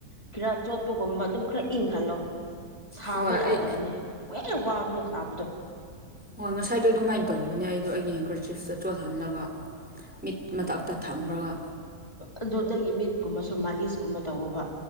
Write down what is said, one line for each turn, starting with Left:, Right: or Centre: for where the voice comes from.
Left: ꯈꯤꯔꯥ ꯆꯣꯠꯄ ꯒꯨꯝꯕ ꯑꯗꯨꯝ ꯈ꯭ꯔ ꯏꯪꯍꯜꯂꯣ ꯁꯥꯕ
Centre: ꯍꯣꯏ
Left: ꯌꯥꯗꯕꯅꯦ
Centre: ꯑꯩ
Left: ꯍꯦꯟꯅ ꯋꯥꯕꯅꯦ ꯁꯥꯕꯗꯣ
Centre: ꯍꯣ ꯉꯁꯥꯏꯗꯣ ꯑꯗꯨꯃꯥꯏꯅ ꯇꯧꯕꯅꯦ ꯑꯩꯗꯣ ꯑꯩꯒꯤ ꯍꯦꯡꯀꯔꯆꯤꯞꯇ ꯆꯣꯠꯍꯜꯂꯒ ꯃꯤꯠ ꯃꯊꯛꯇ ꯊꯝꯔꯒ
Left: ꯑꯗꯨꯗꯒꯤ ꯃꯤꯠꯀꯨꯝꯕꯁꯨ ꯃꯥꯂꯤꯁ ꯀꯨꯝꯕ ꯇꯧꯑꯣꯕ